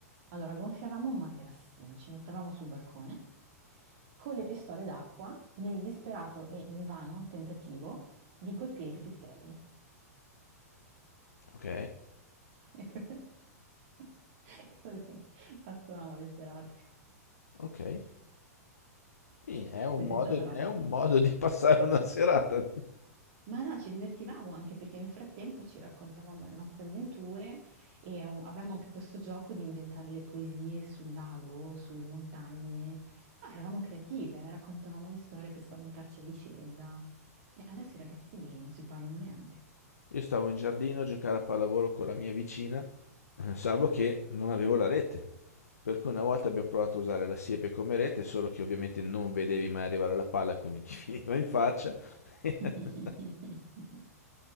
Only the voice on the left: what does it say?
Ok,
ok. Sì, è un
modo,
è un modo di passare una serata.
Io stavo in giardino a giocare a pallavolo con la mia vicina, eh, salvo che non avevo la rete. Per cui una volta abbiamo provato a usare la siepe come rete, solo che ovviamente non vedevi mai arrivare la palla, quindi <laughs> ti finiva in faccia. <laughs>